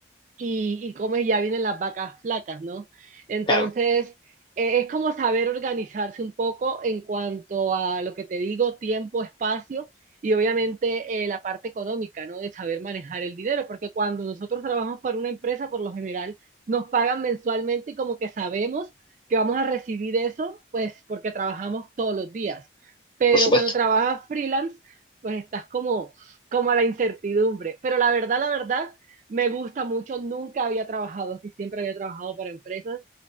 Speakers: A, on the right; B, on the left.
A: y, y comes ya vienen las vacas flacas, ¿no? Entonces,
B: Claro,
A: eh, es como saber organizarse un poco en cuanto a lo que te digo, tiempo, espacio y obviamente eh, la parte económica, ¿no? De saber manejar el dinero, porque cuando nosotros trabajamos para una empresa, por lo general, nos pagan mensualmente y como que sabemos que vamos a recibir eso, pues porque trabajamos todos los días. Pero
B: por supuesto.
A: cuando trabajas freelance, pues estás como, como a la incertidumbre. Pero la verdad, la verdad, me gusta mucho, nunca había trabajado así, siempre había trabajado para empresas